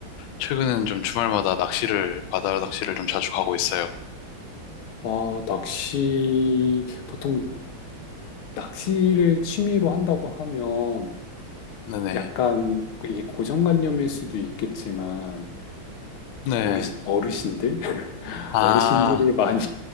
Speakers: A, on the left; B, on the left.
A: 최근에는 좀 주말마다 낚시를, 바다 낚시를 좀 자주 가고 있어요.
B: 아, 낚시 보통 낚시를 취미로 한다고 하면
A: 네네.
B: 약간 이게 고정관념일 수도 있겠지만
A: 네.
B: 어르신, 어르신들? <laughs>
A: 아.
B: 어르신들이 많이